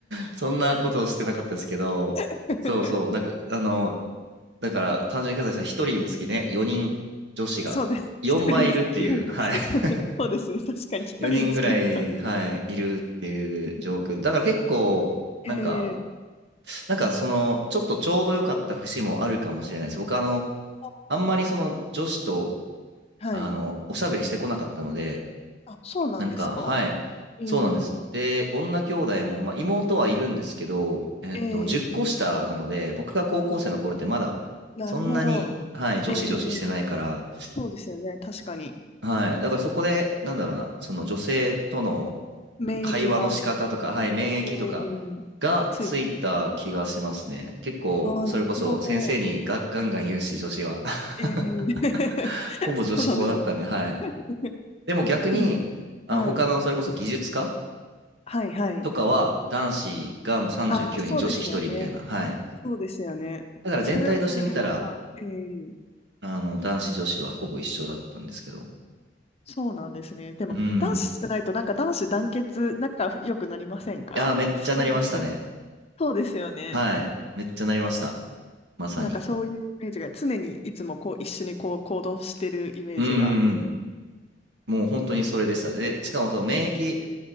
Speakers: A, on the right; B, on the left.
A: そんなことをしてなかったですけど、
B: <laughs>
A: そうそう、なんか、あの、だから、単純計算したら1人につきね、4人女子が4倍いいるっていう、
B: そうです。一人につき合い。
A: はい。
B: <laughs>
A: <laughs>
B: そうですね。確かに一人につき合いには。
A: 4人ぐらい、はい、いるっていう状況。だから結構、
B: ええ
A: なんか、なんかその、ちょっとちょうど良かった節もあるかもしれないです。僕、あの、
B: あ
A: あんまりその女子と、
B: はい。
A: あの、おしゃべりしてこなかったので、
B: あ、そうなんですか
A: なんか、はい。
B: ええ
A: そうなんです。で、女兄弟も、まあ、妹はいるんですけど、えっと、
B: ええ
A: 10個下なので、僕が高校生の頃ってまだ、
B: あ、なるほど。
A: そんなに、はい、女子女子してないから、
B: ええそうですよね。確かに。
A: はい。だからそこで、なんだろうな、その女性との
B: 免疫が、
A: 会話の仕方とか、はい、免疫とか
B: ええついてるんですね。
A: がついた気がしますね。結構、
B: ああ、
A: それこそ先生にがガンガン言うし、
B: なるほど。
A: 女子は。<laughs>
B: ええ <laughs>
A: ほぼ女子校だったんで、
B: そうなんですね。
A: はい。
B: <laughs>
A: でも逆に、
B: でも
A: あの、
B: はい。
A: 他の、それこそ技術科
B: はい、はい。
A: とかは男子がもう39人、
B: ああ、そうですよね。
A: 女子1人みたいな。はい。
B: そうですよね。
A: だから全体として見たら、
B: それはそれでまた、ええ
A: あの、男子女子はほぼ一緒だったんですけど。
B: そうなんですね。でも、
A: うん。
B: 男子少ないと、なんか男子団結、仲良くなりませんか少ない分。
A: いやー、めっちゃなりましたね。
B: そうですよね。
A: はい。めっちゃなりました。まさに。
B: なんかそういうイメージが、常にいつもこう、一緒にこう、行動してるイメージが。
A: うんうんうん。もう本当にそれでした。で、しかもその免疫、
B: うん